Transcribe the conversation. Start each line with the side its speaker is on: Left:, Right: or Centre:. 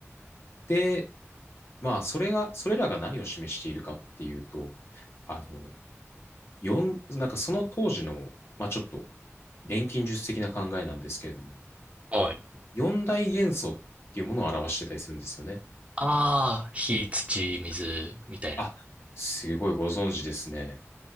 Left: で、まあ、それが、それらが何を示しているかっていうと、あの、四なんかその当時の、まあちょっと錬金術的な考えなんですけれども、
Right: うん。はい。
Left: 四大元素っていうものを表してたりするんですよね。
Right: ああ、火、土、水みたいな。
Left: あ、すごいご存知ですね。